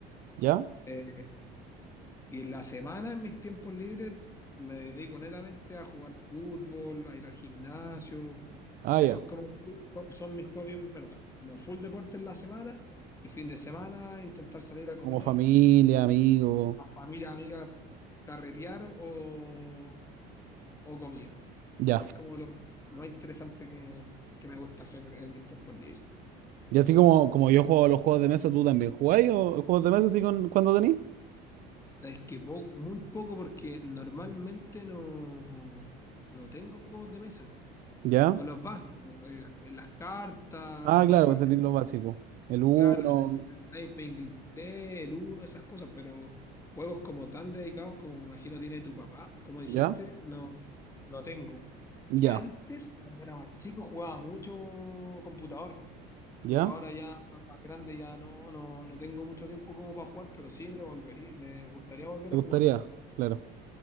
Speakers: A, on the right; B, on the left.
A: ¿Ya?
B: Eh, y en la semana, en mis tiempos libres, me dedico netamente a jugar fútbol, a ir al gimnasio.
A: Ah,
B: Esos
A: ya.
B: como, son mis hobbies en verdad, como full deporte en la semana y fin de semana intentar salir a comer,
A: Como familia, amigos.
B: a familia, amigas, carretear o o comida.
A: Ya.
B: ese es como lo, lo más interesante que, que me gusta hacer en mis tiempos libres.
A: Y así como, como yo juego a los juegos de mesa, ¿tú también jugáis o juegos de mesa así con, cuando tenéis?
B: Sabes que po- muy poco porque normalmente no, no tengo juegos de mesa.
A: Ya.
B: O los vasos, eh, las cartas,
A: Ah,
B: para
A: claro,
B: jugar,
A: pues tenéis
B: ca-
A: lo básico. El uno.
B: claro, el, el- el naipe inglés, el uno, esas cosas, pero juegos como tan dedicados como me imagino tiene tu papá, como dijiste,
A: Ya.
B: no, no tengo.
A: Ya.
B: Y antes, cuando era más chico, jugaba mucho computador.
A: Ya.
B: pero ahora ya más grande ya no, no, no tengo mucho tiempo como para jugar, pero sí me volvería, me gustaría volver
A: ¿Te
B: a
A: gustaría?
B: jugar.
A: Claro.